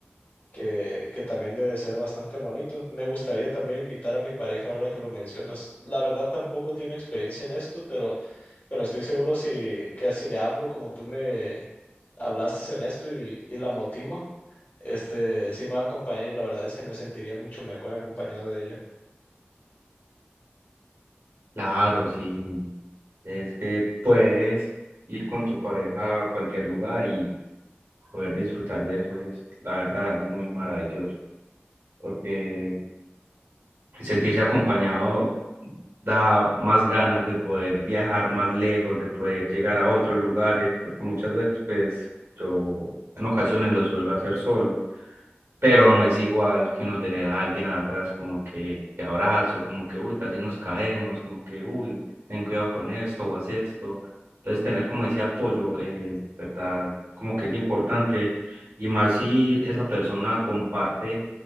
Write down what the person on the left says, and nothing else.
que, que también debe de ser bastante bonito. Me gustaría también invitar a mi pareja ahora que lo mencionas. La verdad tampoco tiene experiencia en esto, pero pero estoy seguro si, que si le hablo como tú me hablaste en esto y, y la motivo, este, sí me va a acompañar y la verdad es que me sentiría mucho mejor acompañado de ella.